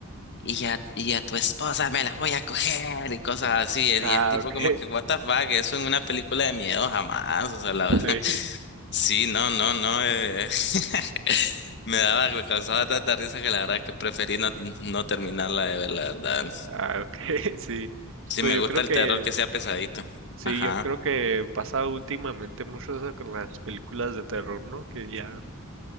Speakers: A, on the left; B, on the right.
A: y a, y a tu esposa me la voy a coger y cosas así.
B: Ah,
A: Y es tipo
B: ok,
A: como que, what the fuck, eso en una película de miedo jamás. O sea, la...
B: <laughs> sí.
A: <laughs> sí, no, no, no. eh, <laughs> Me daba, me causaba tanta risa que la verdad que preferí no, no terminarla de ver, la verdad.
B: Ah, ok, <laughs> sí.
A: Sí,
B: Pues
A: me
B: yo
A: gusta
B: creo
A: el
B: que,
A: terror que sea pesadito.
B: sí,
A: Ajá.
B: yo creo que pasa últimamente mucho eso con las películas de terror, ¿no? Que ya,